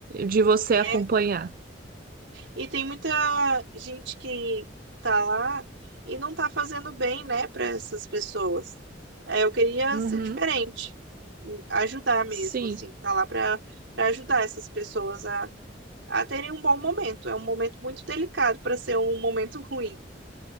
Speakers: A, on the right; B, on the right.
A: De você acompanhar.
B: né? E tem muita gente que tá lá e não tá fazendo bem, né, para essas pessoas. É, eu queria
A: Uhum,
B: ser diferente, hum, ajudar mesmo,
A: sim,
B: assim, tá lá para para ajudar essas pessoas a, a terem um bom momento. É um momento muito delicado para ser um momento <laughs> ruim.